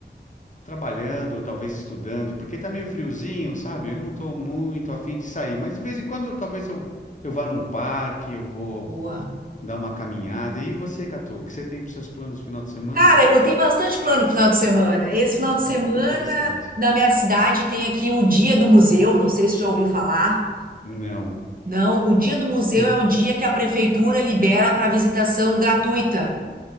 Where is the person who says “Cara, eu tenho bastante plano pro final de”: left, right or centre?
Right